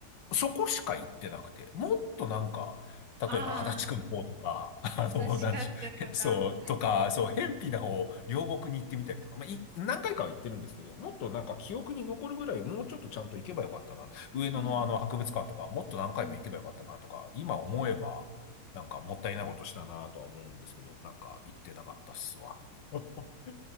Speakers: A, on the left; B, on the right.
A: そこしか行ってなくて、もっとなんか、
B: あ
A: 例えば足立区の方とか、<laughs> あの、
B: あ、葛飾区とか。
A: なんでしょう、へそう、とか、そう、辺鄙な方、両国に行ってみたりとか、まあ、い、何回かは行ってるんですけど、もっとなんか記憶に残るぐらい、もうちょっとちゃんと行けばよかったな。上野のあの博物館とか、
B: <laughs> ああ、
A: もっと何回も行けばよかったなとか、
B: うん。
A: 今思えば、なんかもったいないことしたなとは思うんですけど、なんか行ってなかったっすわ。<laughs>